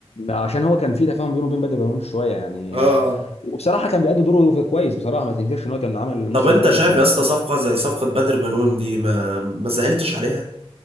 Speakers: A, on the left; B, on the right.
A: فعشان هو كان في تفاهم بينه وبين بدري بنون شويه يعني
B: اه آه.
A: آه، وبصراحه كان بيأدي دوره في كويس بصراحه ما تنكرش ان هو كان عمل موسم
B: طب انت
A: كويس
B: شايف
A: او موسم
B: يا اسطى صفقه زي صفقه بدر بنون دي ما ما زعلتش عليها